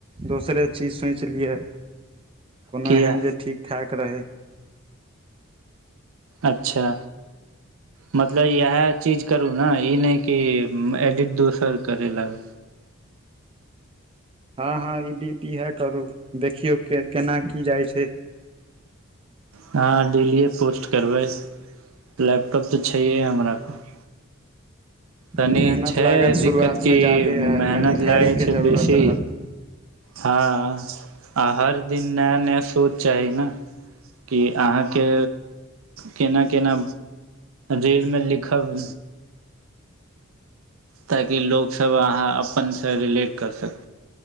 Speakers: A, on the right; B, on the right.
A: दोसरे चीज सोच लियए कोनो
B: किया
A: एहन जे ठीक ठक रहै
B: अच्छा मतलब इएह चीज करू ने ई नहि कि एडिट दोसर करै लाग
A: हँ हँ ई डीही इएह करू देखियौ के केना की जाइ छै
B: हँ डेलियए पोस्ट करबै लैपटॉप तऽ छैह हमरा पास
A: कनि
B: तनी
A: मेहनत
B: छै
A: लागत
B: दिक्कत
A: शुरुआतमे
B: की
A: ज्यादे आ
B: मेहनत
A: कनि धैर्यके
B: लागै छै
A: जरूरत
B: बेसी
A: रहत
B: हँ आ हर दिन नया नया सोच चाही ने कि अहाँके केना केना रीलमे लिखब ताकि लोकसभ अहाँ अपनसँ रिलेट कर सक